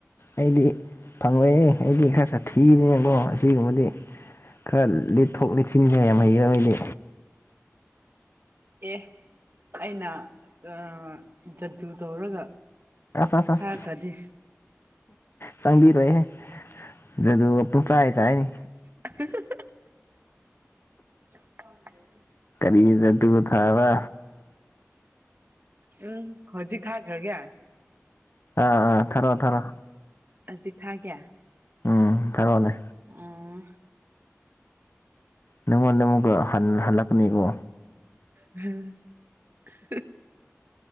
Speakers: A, on the left; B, on the right.
A: ꯑꯩꯗꯤ ꯐꯪꯑꯣꯏꯑꯦ ꯑꯩꯗꯤ ꯈꯔ ꯁꯥꯊꯤꯕꯅꯤꯅꯀꯣ ꯑꯁꯤꯒꯨꯝꯕꯗꯤ ꯈꯔ ꯂꯤꯠꯊꯣꯛ ꯂꯤꯁꯤꯟꯁꯦ ꯌꯥꯝ ꯍꯩꯌꯦꯕ ꯑꯩꯗꯤ
B: ꯑꯦ ꯑꯩꯅ ꯑ ꯖꯗꯨ ꯇꯧꯔꯒ
A: ꯇꯁ
B: ꯊꯥꯈ꯭ꯔꯗꯤ
A: <unintelligible> ꯆꯪꯕꯤꯔꯣꯏꯍꯦ ꯖꯗꯨꯒꯥ ꯄꯨꯡꯆꯥꯏ ꯆꯥꯏꯅꯤ
B: <unintelligible> <unintelligible>
A: ꯌꯦ ꯖꯗꯨ ꯊꯥꯕ
B: ꯎꯝ ꯍꯧꯖꯤꯛ ꯊꯥꯈ꯭ꯔꯒꯦ
A: ꯑꯥ ꯑꯥ ꯊꯔꯣ ꯊꯔꯣ
B: ꯍꯧꯖꯤꯛ ꯊꯥꯒꯦ
A: ꯎꯝ ꯊꯔꯣꯅꯦ
B: ꯑꯥ
A: ꯅꯪꯉꯣꯟꯗ ꯑꯃꯨꯛꯀ ꯍꯟ ꯍꯜꯂꯛꯀꯅꯤꯀꯣ
B: ꯍꯝ <unintelligible>